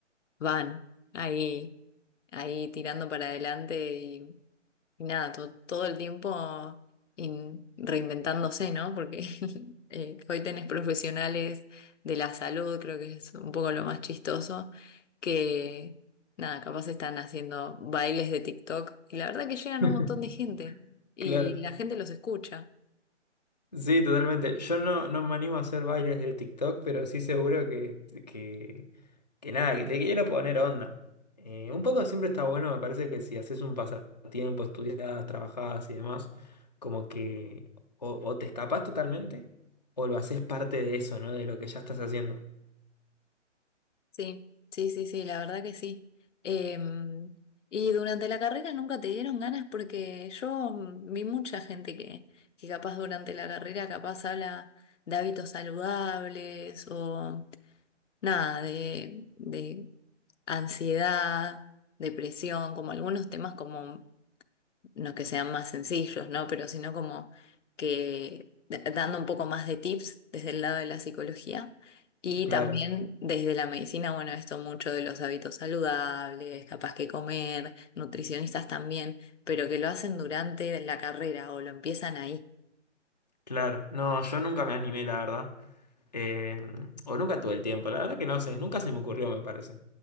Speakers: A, on the left; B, on the left.
A: van ahí, ahí tirando para adelante y nada, to- todo el tiempo in- reinventándose, ¿no? Porque <laughs> eh, hoy tenés profesionales de la salud, creo que es un poco lo más chistoso, que nada, capaz están haciendo bailes de TikTok y la verdad que llegan
B: <laughs>
A: un montón de gente y
B: Claro.
A: la gente los escucha.
B: Sí, totalmente. Yo no, no me animo a hacer bailes de TikTok, pero sí seguro que, que, que nada, que te quiero poner onda. Eh, un poco siempre está bueno, me parece que si haces un pasatiempo, estudiás, trabajás y demás, como que o, o te escapás totalmente o lo haces parte de eso, ¿no? De lo que ya estás haciendo.
A: Sí, sí, sí, sí, la verdad que sí. Em, y durante la carrera nunca te dieron ganas porque yo mm, vi mucha gente que, que capaz durante la carrera capaz habla de hábitos saludables o nada, de, de ansiedad, depresión, como algunos temas como no que sean más sencillos, ¿no? Pero sino como que da- dando un poco más de tips desde el lado de la psicología y
B: Claro,
A: también desde la medicina, bueno, esto mucho de los hábitos saludables, capaz que comer, nutricionistas también, pero que lo hacen durante la carrera o lo empiezan ahí.
B: claro. No, yo nunca me animé, la verdad. Eh, o nunca tuve el tiempo, la verdad que no sé, nunca se me ocurrió, me parece.